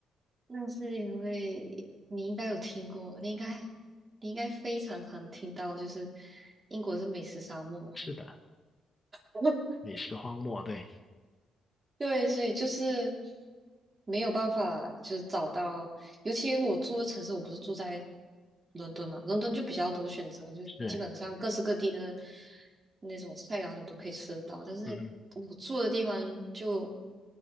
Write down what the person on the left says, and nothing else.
是的，
美食荒漠，对，
是，
嗯，嗯